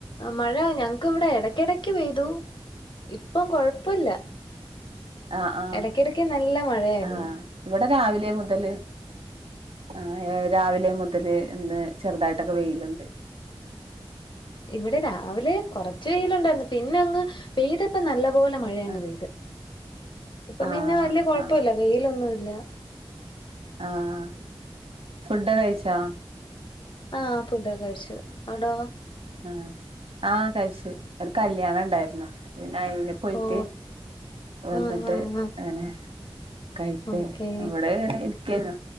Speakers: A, on the left; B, on the right.
A: മഴ ഞങ്ങ്ക്കിവിടെ എടയ്ക്കെടയ്ക്ക് പെയ്തു ഇപ്പം കൊഴപ്പല്ല
B: ആഹ് ആഹ്
A: എടക്കെടക്ക് നല്ല മഴയായിരുന്നു
B: ആഹ് ഇവിടെ രാവിലേ മുതല് ആ ഏ രാവിലെ മുതല് ഇന്ന് ചെറുതായിട്ടൊക്കെ വെയില്ണ്ട്
A: ഇവിടെ രാവിലെ കൊറച്ച് വെയിലൊണ്ടായിരുന്നു പിന്നെയങ്ങ് പെയ്തപ്പ നല്ല പോലെ മഴയങ്ങ്
B: ആഹ്
A: പെയ്ത് ഇപ്പം
B: ആഹ്
A: പിന്നെ വലിയ കൊഴപ്പല്ല
B: ആഹ്
A: വെയിലൊന്നുല്ല
B: ആഹ് ഫുഡ് കഴിച് ട്ടാ
A: ആഹ് ഫുഡൊക്കെ കഴിച് ച്ചു അവിടോ
B: ആഹ് ആ കഴിച്ച് ഒരു കല്യാണണ്ടായ്രുന്നു പിന്നെ അയ്ന് പോയിറ്റ്
A: ഓ
B: വന്നിട്ട്
A: ആഹ് ആഹ് ആഹ്
B: ആനെ കഴിക്കെ
A: ഓക്കേ
B: ഇവടെ ഇങ്ങനേയിരിക് കേനു